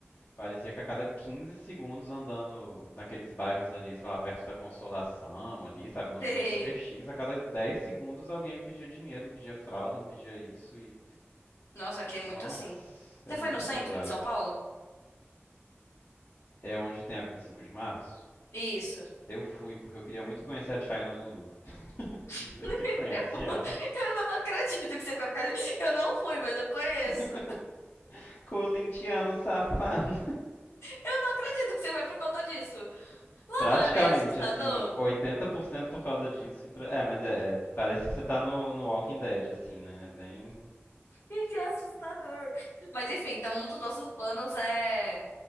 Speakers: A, on the left; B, on the left.
A: Parecia que a cada 15 segundos andando naqueles bairros ali, sei lá, perto da Consolação ali, sabe, umas
B: <laughs> Sim.
A: ruas super chiques, a cada 10 segundos alguém me pedia dinheiro, me pedia fralda, me pedia isso e
B: Nossa, aqui é muito
A: nossa,
B: assim. Você
A: é muito
B: foi no centro
A: pesado.
B: de São Paulo?
A: É onde tem a 25 de março?
B: Isso.
A: Eu fui porque eu queria muito conhecer a China Lulu. Não
B: <laughs>
A: sei se você conhece
B: Eu vou-
A: ela.
B: eu não acredito que você vai ficar. Eu não fui, mas eu conheço.
A: <laughs> Corintiano safado.
B: Eu não acredito que você vai por conta disso.
A: <laughs>
B: Lá
A: Praticamente,
B: não é meio assustador?
A: assim, 80% por cento por causa disso. e pra- É, mas é, é, parece que você tá no, no Walking Dead, assim, né? É bem.
B: Gente, é assustador. Mas enfim, então um dos nossos planos é,